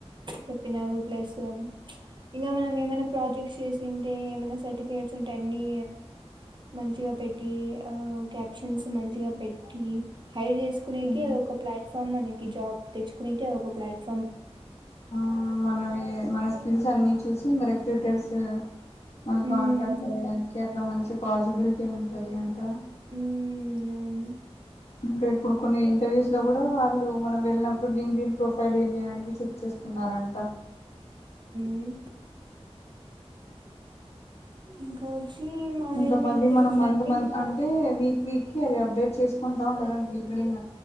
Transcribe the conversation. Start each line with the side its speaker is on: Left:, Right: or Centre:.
Right: చెప్పినా రు ప్లస్ ప్చ్ ఇంగా మనం ఏమైనా ప్రాజెక్ట్స్ చేసింటే ఏమన సర్టిఫికేట్ అంటే అన్నీ మంచిగా పెట్టి ఆ క్యాప్షన్స్ మంచిగా పెట్టీ హైడ్ చేసుకునేకి
Left: మ్మ్
Right: అది ఒక ప్లాట్ఫామ్ అనే తెచ్చుకునేకీ అదొక ప్లాట్ఫామ్
Left: ఆ మనవి మన స్కిల్స్ అన్ని చూసి మరె డిటైల్స్ మనకు
Right: ఉమ్
Left: కాంటాక్ట్ అవ్వడానికి అట్లా మంచి పాజిబిలిటీ ఉంటంది అంటా.
Right: ఉమ్ అవును
Left: ఇంకా ఇప్పుడు కొన్ని ఇంటర్వ్యూస్ లో కూడా వాళ్ళు మనం వెళ్ళినప్పుడు లింక్డ్ ఇన్ ప్రొఫైల్ ఏమి అడిగి చర్చిస్తున్నారంట.
Right: మ్ ఇంకా వచ్చి మా
Left: ఇంకా
Right: మేడం
Left: మళ్ళీ
Right: ఏం చెప్పిందంటే
Left: మనం మంత్ మంత్ అంటే వీక్ వీక్ కి అది అప్డేట్ చేసుకుంటా ఉండాలంట. లింక్డ్ ఇన్